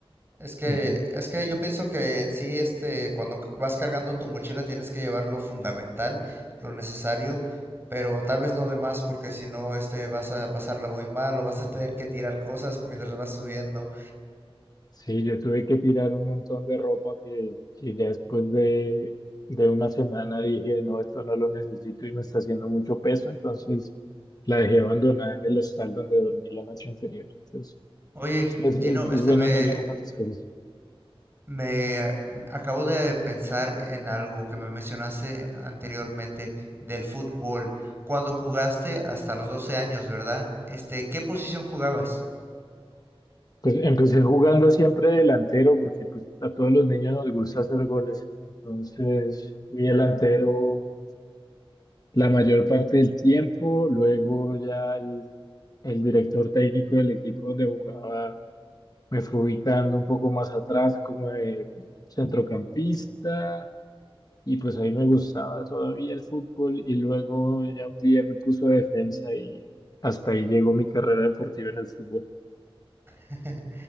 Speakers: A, on the right (about 25°); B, on the left (about 40°).
A: Es que,
B: Ujú.
A: es que yo pienso que en sí, este, cuando c- vas cargando tu mochila tienes que llevar lo fundamental, lo necesario, pero tal vez no de más porque si no, este, vas a pasarla muy mal o vas a tener que tirar cosas mientras vas subiendo.
B: Sí, yo tuve que tirar un montón de ropa que, que ya después de, de una semana dije, no, esto no lo necesito y me está haciendo mucho peso, entonces la dejé abandonada en el hostal donde dormí la noche anterior. Entonces,
A: Oye,
B: sí, es, es-
A: Gino,
B: es
A: este
B: bueno
A: me,
B: no llevar tantas cosas.
A: Me a- acabo de pensar en algo que me mencionaste anteriormente del fútbol. Cuando jugaste hasta los 12 años, ¿verdad? Este, ¿qué posición jugabas?
B: Pues empecé jugando siempre delantero porque pues, a todos los niños nos gusta hacer goles. Entonces fui delantero la mayor parte del tiempo. Luego ya el, el director técnico del equipo donde jugaba me fue ubicando un poco más atrás como de centrocampista y pues ahí me gustaba todavía el fútbol y luego ya un día me puso de defensa y hasta ahí llegó mi carrera deportiva en el fútbol.
A: <laughs>